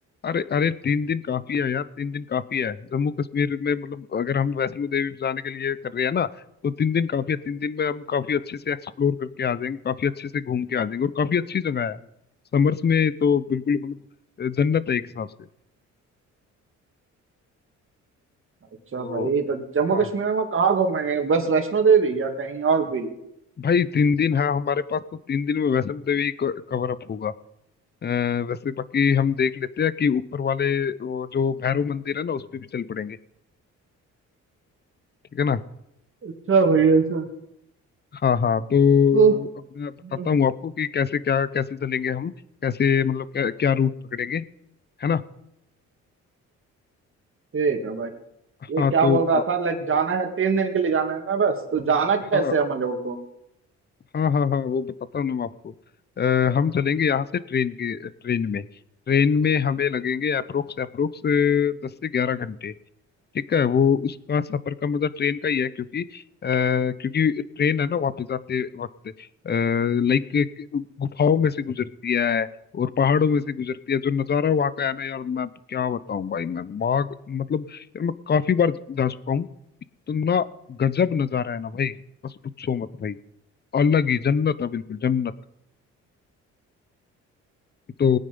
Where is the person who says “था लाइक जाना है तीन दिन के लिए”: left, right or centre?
Right